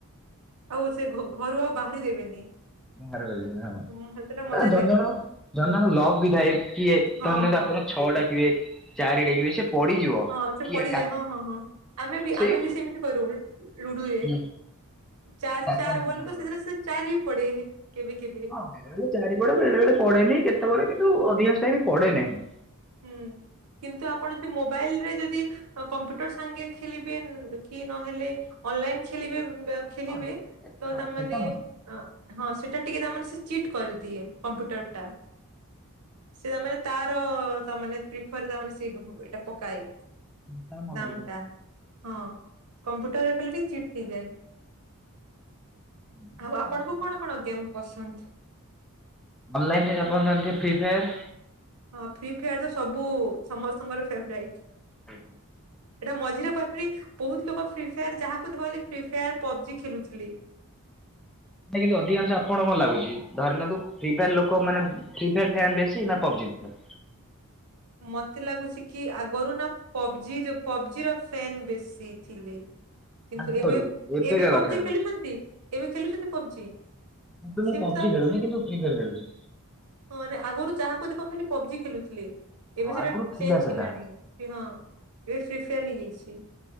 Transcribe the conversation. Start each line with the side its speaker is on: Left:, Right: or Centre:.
Right: ଆଉ ସେ ଘ୍ ଘରୁ ଆଉ ବାହାରି ଦେବେନି।
Centre: ବାହାରି ପାରିବନେ ହ।
Right: ହୁଁ ସେଟା ମଜା
Centre: ନା ଜଣ
Right: ଲାଗେ
Centre: ଜଣ ଜନଣ ଲଗ ବି ଥାଏ କିଏ
Right: ହଁ
Centre: ଧରି ନେଲ
Right: ହଁ
Centre: ଆପଣ ଛଅ ଡାକିିବେ ଚାରି ଡାକିବେ ବି ସେ ପଡିଯିବ
Right: ହଁ ସେ
Centre: କିଏ
Right: ପଡିଯାଏ
Centre: କା
Right: ହଁ ହଁ ହଁ ଆମେ ବି
Centre: ସେଇ
Right: ଆମେ ବି ସେମିତି କରୁ ଲୁ - ଲୁଡୁରେ।
Centre: ହୁଁ।
Right: ଚାରି
Centre: ଡାକନ୍ତି
Right: ଚାର ବଲକୁ
Centre: ହଁ।
Right: ସେଥିରେ ସେ ଚାରି ବି ପଡେ କେବେ କେବେ।
Centre: ହଁ ବେଳେ ବଳେ ଚାରି ବଡ ବେଳେ ବଳେ ପଢେନିଁ କେତେବେଳେ କିନ୍ତୁ ଅଧିକଂଶ ଟାଇମ ପଡେ ନାହିଁ।
Right: ହୁଁ କିନ୍ତୁ ଆପଣ ଯଦି ମୋବାଇଲ ରେ ଯଦି କମ୍ପ୍ୟୁଟର ସାଙ୍ଗେ ଖେଳିବେ କି ନହେଲେ ଅନଲାଇନ ଖେିଲିବେ ଖେଲିବେ
Centre: ହଁ
Right: ତ ତାମାନେ
Centre: ସେଟା ଭଲ।
Right: ହଁ ସେଟା ଟିକେ ତାମାନେ ସେ ଚିଟ୍ କରିଦିଏ କମ୍ପ୍ୟୁଟର ଟା। ସେ ତାମାନେ ତାର ତା ମାନେ ପ୍ରିଫର ତା ମାନେ ସେ ହ ଏଇଟା ପକାଏ।
Centre: ତା ମନ
Right: ଦାମ ଟା ହଁ କମ୍ପ୍ୟୁଟରରେ କଲେ ଟିକେ ଚିଟ୍ ହେଇଯାଏ।
Centre: ଇଚ୍ଛା
Right: ଆଉ ଆପଣଙ୍କୁ କଣ କଣ ଗେମ୍ ପସନ୍ଦ?
Centre: ଅନଲାଇନରେ ଆପଣ ଜାଣିଥେ ଫ୍ରି ଫାୟାର୍?
Right: ହଁ ଫ୍ରି ଫାୟାର ତ ସବୁ ସମସ୍ତଙ୍କର ଫେବରାଇଟ।
Centre: <unintelligible>
Right: ଏଟା ମଝିରେ ପାଖରି ବହୁତ ଲୋକ ଫ୍ରି ଫାୟାର ଯାହାକୁହିଲେ ଫି ଫାୟାର ପବଜି ଖେଳୁଥିଲେ।
Centre: ହୁଁ କିନ୍ତୁ ଅଧିକାଂଶ ଆପଣ କଣ ଲାଗୁଛି ଧରିନିଅନ୍ତୁ ଫି ଫାୟାର ଲୋକ ମାନେ। ଫ୍ରି ଫାୟାର୍ ଫ୍ୟାନ୍ ବେଶୀ ନା ପବ୍ଜିି ଫ୍ୟା
Right: ମତେ ଲାଗୁଛି କି ଆଗରୁ ନା ପବଜି ର ପବଜି ର ଫ୍ୟନ୍ ବେଶୀ ଥିଲେ।
Centre: <inaudible>
Right: କିନ୍ତୁ ଏବେ
Centre: ଏବେକା
Right: ଏବେ
Centre: କଥା
Right: ପବଜି ଖେଲୁଛନ୍ତି ଏବେ ଖେଲୁଛନ୍ତି ପବଜି?
Centre: କିନ୍ତ ମୁଁ
Right: ସେମିତି
Centre: ପବଜି
Right: ତ ଆଉ
Centre: ଖେଳୁନି
Right: ଖେଳୁ-
Centre: କିନ୍ତୁ ଫି ଫାୟାର ଖେୁଲୁଛି
Right: ହଁ ଆଗରୁ ଯାହାକୁ ଦେଖ ଖାଲି ପବଜି ଖେଳୁଥିଲି
Centre: ହଁ
Right: ଏବେ ସେଟା
Centre: ଆଗରୁ ଥିଲା
Right: ଚେଞ୍ଜ
Centre: ସେଟା
Right: ହେଲାଣି ସେ ହଁ ଏବେ ଫ୍ରି ଫାୟାର ହେଇଯାଇଛି